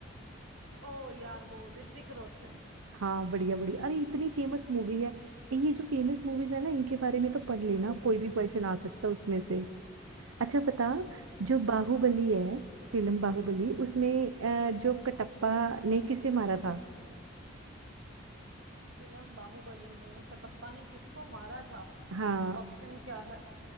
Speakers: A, on the right; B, on the right.
A: ओ यार वो ऋतिक रोशन
B: हाँ बढ़िया बढ़िया अरे इतनी फेमस मूवी है ये जो फेमस मूवीज है ना इनके बारे में तो पढ़ लेना कोई भी क्वेश्चन आ सकता है उसमें से अच्छा बता जो
A: हाँ
B: बाहुबली है फिल्म बाहुबली उसमें
A: हाँ।
B: अ, जो कटप्पा ने किसे मारा था
A: फिल्म बाहुबली में कटप्पा ने किसको मारा था
B: हाँ
A: ऑप्शन क्या है